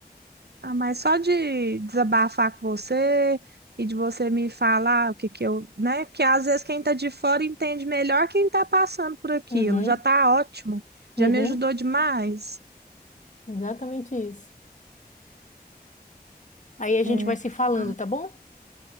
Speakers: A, on the right; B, on the left.
A: Ah, mas só de desabafar com você e de você me falar o que que eu, né? Que às vezes quem tá de fora entende melhor quem tá passando por aquilo.
B: Uhum,
A: Já tá ótimo,
B: uhum,
A: já me ajudou demais.
B: exatamente isso. Aí a gente
A: É.
B: vai se falando,
A: Ah,
B: tá bom?